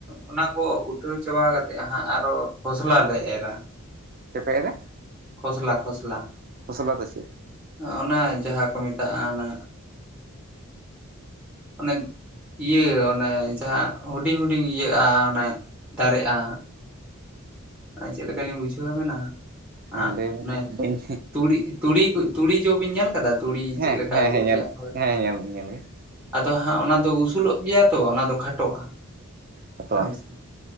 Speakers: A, in the centre; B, on the right.
A: ᱚᱱᱟ ᱠᱚ ᱩᱴᱷᱟᱹᱣ ᱪᱟᱵᱟ ᱠᱟᱛᱮᱫ ᱦᱟᱸᱜ ᱟᱨᱚ ᱠᱷᱚᱥᱞᱟ ᱞᱮ ᱮᱨᱟ᱾
B: ᱪᱮᱜ ᱯᱮ ᱮᱨᱟ?
A: ᱠᱷᱚᱥᱞᱟ ᱠᱷᱚᱥᱞᱟ᱾
B: ᱠᱷᱚᱥᱞᱟ ᱫᱚ ᱪᱮᱫ?
A: ᱚᱱᱟ ᱡᱟᱦᱟᱸ ᱠᱚ ᱢᱮᱛᱟᱜᱼᱟ ᱚᱱᱟ ᱚᱱᱮ ᱤᱭᱟᱹ ᱚᱱᱮ ᱡᱟᱦᱟᱸ ᱦᱩᱰᱤᱧ ᱦᱩᱰᱤᱧ ᱤᱭᱟᱹᱜᱼᱟ ᱚᱱᱮ ᱫᱟᱨᱮᱜᱼᱟ, ᱪᱮᱫ ᱞᱮᱠᱟ ᱞᱤᱧ ᱵᱩᱡᱷᱟᱹᱣ ᱟᱵᱤᱱᱟ
B: ᱦᱮᱸ
A: ᱟ
B: ᱞᱟᱹᱭ ᱵᱮᱱ
A: ᱱᱮ
B: ᱵᱟᱹᱧ
A: ᱛᱩᱲᱤ ᱛᱩᱲᱤ ᱠᱚ ᱛᱩᱲᱤ ᱡᱚ ᱵᱤᱱ ᱧᱮᱞ ᱠᱟᱫᱟ ᱛᱩᱲᱤ
B: ᱦᱮᱸ
A: ᱪᱮᱫ ᱞᱮᱠᱟ
B: ᱦᱮᱸ
A: ᱡᱚᱜ
B: ᱦᱮᱸ ᱧᱮᱞ
A: ᱜᱮᱭᱟ ᱦᱳᱭ
B: ᱦᱮᱸ ᱧᱮᱞ ᱜᱮ ᱧᱮᱞ ᱜᱮ
A: ᱟᱫᱚ ᱦᱟᱸᱜ ᱚᱱᱟ ᱫᱚ ᱩᱥᱩᱞᱚᱜ ᱜᱮᱭᱟ ᱛᱚ ᱚᱱᱟ ᱫᱚ ᱠᱷᱟᱴᱚᱜᱼᱟ᱾
B: ᱦᱟᱛᱣᱟ
A: ᱦᱳᱭ ᱥᱮ